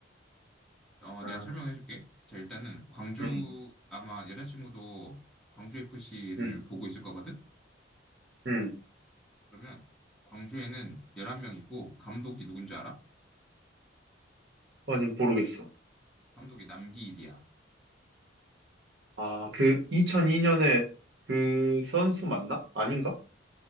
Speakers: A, in the centre; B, on the right (about 60°).
A: 어,
B: 아,
A: 내가 설명해줄게. 자, 일단은 광주
B: 음,
A: 아마 여자친구도 광주 FC를
B: 음,
A: 보고 있을 거거든.
B: 음.
A: 그러면 광주에는 11명 있고 감독이 누군지 알아?
B: 아니, 모르겠어.
A: 감독이 남기일이야.
B: 아, 그 2002년에 그
A: 응.
B: 선수 맞나? 아닌가?